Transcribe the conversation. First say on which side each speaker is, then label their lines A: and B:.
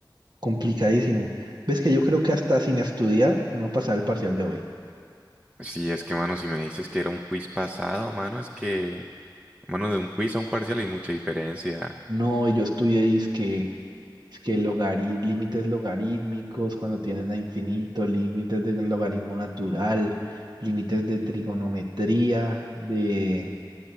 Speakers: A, on the right (about 60°); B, on the right (about 15°).
A: Complicadísimo. Ves que yo creo que hasta sin estudiar uno pasaba el parcial de hoy.
B: Sí, es que, mano, si me dices que era un quiz pasado, mano, es que... Mano, de un quiz a un parcial hay mucha diferencia.
A: No, yo estudié es que, es que logari- límites logarítmicos, cuando tienen a infinito, límites de logaritmo natural, límites de trigonometría, de,